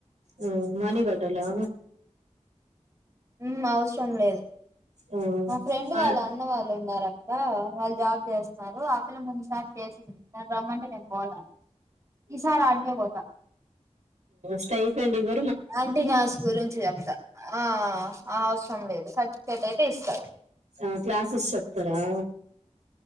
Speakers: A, on the right; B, on the right.
A: ఆ మణిబటలా
B: ఉ అవసరం లేదు
A: ఆ,
B: మా ఫ్రెండ్ వాళ్ళు
A: ఆడ
B: అన్న వాళ్ళు ఉండాలి క్క వాళ్ళు జాబ్ చేస్తున్నారు ఆ పిల్ల ముందుసారి చేసింది నను రమ్మంటే నేను పోలా ఈసారి ఆడికే పోతా
A: స్టైఫడి ఇ
B: అంటన్యాస్ గురించి చెప్తా ఆ అవసరం లేదు సట్ అయితే ఇస్తారు
A: ఆ క్లాసెస్ చెప్తారా